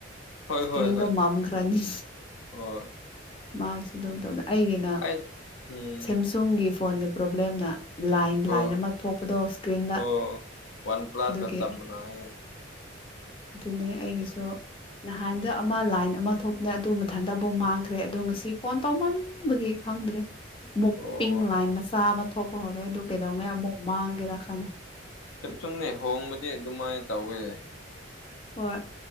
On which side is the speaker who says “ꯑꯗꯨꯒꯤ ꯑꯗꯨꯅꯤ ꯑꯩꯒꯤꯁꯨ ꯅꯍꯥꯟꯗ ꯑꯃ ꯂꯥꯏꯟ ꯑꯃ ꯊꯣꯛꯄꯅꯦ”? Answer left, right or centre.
Left